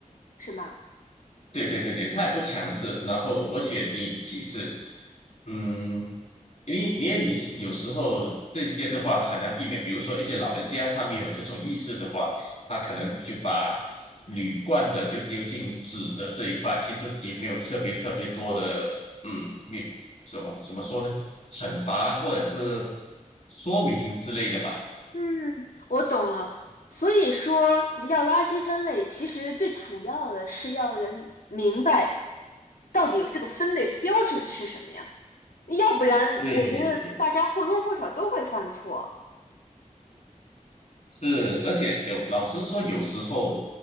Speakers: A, on the left (about 75°); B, on the left (about 55°).
A: 是吗？
B: 对对对对，他也不强制，然后而且你即使嗯，你因为你是有时候这些的话很难避免，比如说一些老人家他没有这种意识的话，他可能就把铝罐的就丢进纸的这一块，其实也没有特别特别多的嗯，没怎么怎么说呢，惩罚或者是说明之类的吧。
A: 嗯，我懂了。所以说，你要垃圾分类，其实最主要的是要人明白到底这个分类标准是什么呀？要不然我觉得大家或多或少都会犯错，
B: 对，是，而且有老实说，有时候